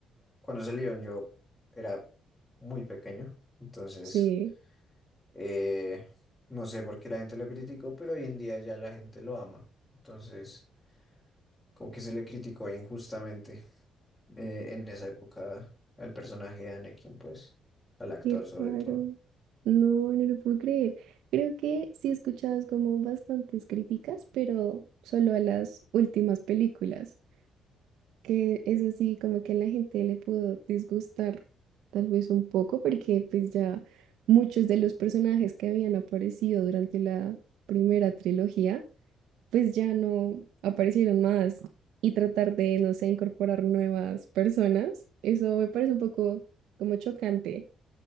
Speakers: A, on the left (about 15°); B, on the right (about 80°).
A: cuando salieron yo era muy pequeño. Entonces,
B: Sí,
A: eh, no sé por qué la gente lo criticó, pero hoy en día ya la gente lo ama. Entonces, como que se le criticó injustamente eh, en esa época al personaje de Anakin, pues, al actor
B: qué
A: sobre
B: raro.
A: todo.
B: No, no lo puedo creer. Creo que sí he escuchado es como bastantes críticas, pero solo a las últimas películas, que es así como que a la gente le pudo disgustar tal vez un poco, porque pues ya muchos de los personajes que habían aparecido durante la primera trilogía pues ya no aparecieron más y tratar de, no sé, incorporar nuevas personas, eso me parece un poco como chocante.